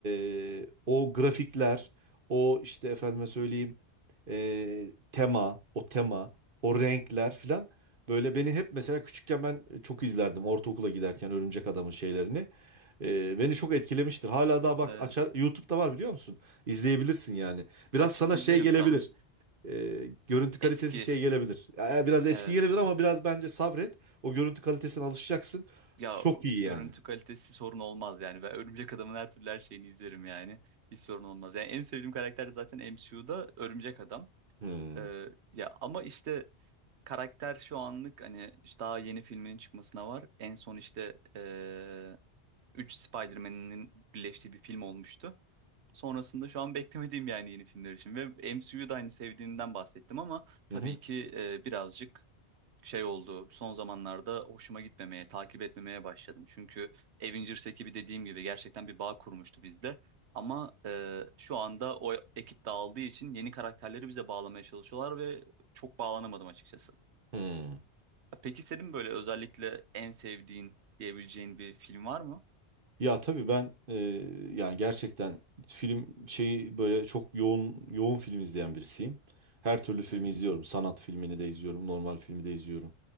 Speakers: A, on the right (about 55°); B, on the right (about 80°).
A: e, o grafikler, o işte efendime söyleyeyim e, tema, o tema, o renkler filan böyle beni hep mesela küçükken ben çok izlerdim ortaokula giderken Örümcek Adam'ın şeylerini. E, beni çok etkilemiştir. Hala daha bak
B: Eee,
A: açar YouTube'da var biliyor musun? İzleyebilirsin yani. Biraz
B: açıp
A: sana
B: izlerim
A: şey gelebilir.
B: tam
A: E, görüntü kalitesi
B: eski
A: şey gelebilir. Ya, biraz eski
B: evet
A: gelebilir ama biraz bence sabret. O görüntü kalitesine alışacaksın.
B: Ya
A: Çok iyi yani.
B: görüntü kalitesi sorun olmaz yani. Ben Örümcek Adam'ın her türlü her şeyini izlerim yani. Hiç sorun olmaz. Yani en sevdiğim karakter zaten MCU'da Örümcek Adam.
A: Hmm.
B: Ee, ya ama işte karakter şu anlık hani işte daha yeni filminin çıkmasına var. En son işte eee 3 Spider-Man'in birleştiği bir film olmuştu. Sonrasında şu an beklemediğim yani yeni filmler için. Ve MCU'da aynı sevdiğimden bahsettim ama tabii
A: Hı hı.
B: ki eee, birazcık şey oldu. Son zamanlarda hoşuma gitmemeye, takip etmemeye başladım. Çünkü Avengers ekibi dediğim gibi gerçekten bir bağ kurmuştu bizde. Ama e, şu anda o ekip dağıldığı için yeni karakterleri bize bağlamaya çalışıyorlar ve çok bağlanamadım açıkçası.
A: Hmm.
B: Peki senin böyle özellikle en sevdiğin diyebileceğin bir film var mı?
A: Ya tabii ben e, yani gerçekten film şeyi böyle çok yoğun yoğun film izleyen birisiyim. Her türlü filmi
B: Evet.
A: izliyorum. Sanat filmini de izliyorum, normal filmi de izliyorum.